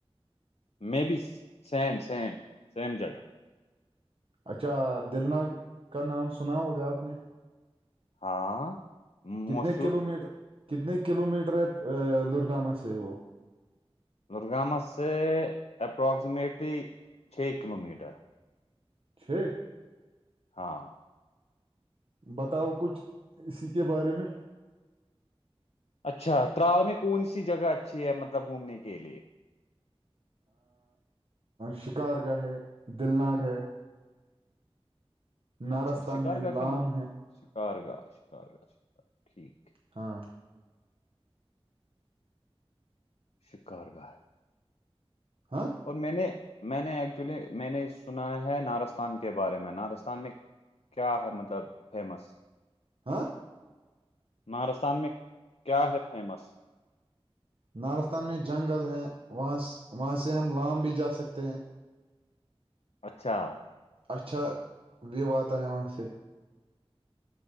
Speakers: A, on the left; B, on the right.
A: م بی سیم سیم سیم جگہ
B: اچھا دل نگ کا نام سنا ہوگا آپ نے
A: ہاں
B: کتنے
A: مشہور
B: کلو میٹر کتنے کلو میٹر ہے لرگامہ سے وہ
A: درگامس سے اپرکسیمیٹلی چھ کلو میٹر
B: چھ
A: ہاں
B: بتاؤ کچھ اسی کے بارے میں
A: اچھا ترال میں کون سی جگہ اچھی ہے مطلب گھومنے کے لیے
B: شکار گاہ ہے دل ناگ ہے ناراستان
A: اچھا شکار
B: ہے
A: کا
B: لام
A: کن
B: ہے
A: شکار گاہ شکار گاہ ٹھیک ہے <inaudible>
B: ہاں
A: شکار گاه
B: ہاں
A: اور میں نے میں نے ایکچولی میں نے سنا ہے نارستان کے بارے میں نارستان میں کیا ہے مطلب فیمس
B: ہاں
A: نارستان میں کیا ہے فیمس
B: نارستان میں جنگل ہے وہاں وہاں سے ہم لام بھی جا سکتے ہیں
A: اچھا
B: اچھا دعوی اتا ہے وہاں سے <inaudible>